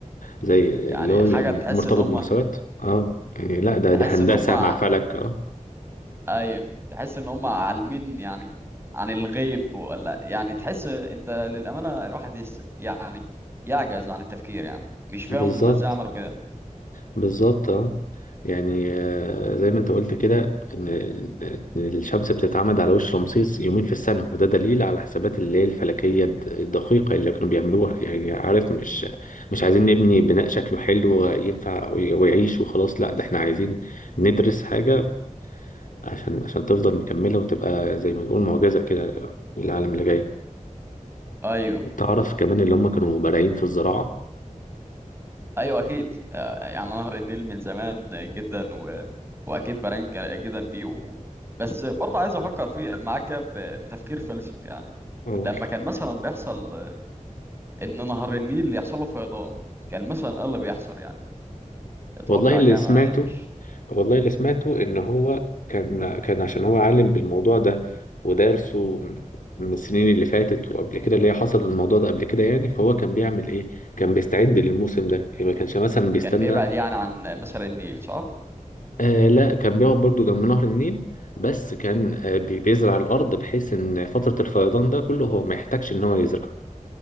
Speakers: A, on the left (about 75°); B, on the right (about 15°).
A: زي اللي
B: يعني
A: هو
B: حاجة
A: مرتبط
B: تحس إن هما
A: بمناسبات اه يعني لا ده
B: تحس
A: ده هندسة
B: إن هما
A: مع فلك اه
B: أيوه تحس إن هما عالمين يعني عن الغيب ولا يعني تحس أنت للأمانة الواحد يس يعني يعجز عن التفكير يعني مش فاهم
A: بالظبط
B: هما إزاي عملوا كده
A: بالظبط اه يعني آه، زي ما انت قلت كده ان إن الشمس بتتعمد على وش رمسيس يومين في السنه وده دليل على الحسابات اللي هي الفلكيه الد- الدقيقه اللي كانوا بيعملوها يعني عارف مش مش عايزين نبني بناء شكله حلو ينفع وي- ويعيش وخلاص لا ده احنا عايزين ندرس حاجه عشان عشان تفضل مكمله وتبقى زي ما نقول معجزه كده للعالم اللي جاي
B: أيوه
A: تعرف كمان اللي هم كانوا بارعين في الزراعه
B: ايوه اكيد آه، يعني نهر النيل من زمان جدا و... واكيد برانك جدا فيه و... بس برضه عايز افكر فيه معاك ب... بتفكير فلسفي يعني
A: أول
B: لما كان مثلا بيحصل آه، ان نهر النيل يحصل له فيضان كان مثلا ايه اللي بيحصل يعني اتوقع
A: والله اللي
B: كام
A: سمعته
B: انا يمش
A: والله اللي سمعته ان هو كان كان عشان هو عالم بالموضوع ده ودارسه من السنين اللي فاتت وقبل كده اللي هي حصل الموضوع ده قبل كده يعني فهو كان بيعمل ايه كان بيستعد للموسم ده يعني ما كانش مثلا بيستنى
B: كان بيبعد يعني عن مثلا النيل صح
A: آه لا كان بيقعد برضو جنب نهر النيل بس كان آه بي- بيزرع الارض بحيث ان فترة الفيضان ده كله هو ما يحتاجش ان هو يزرع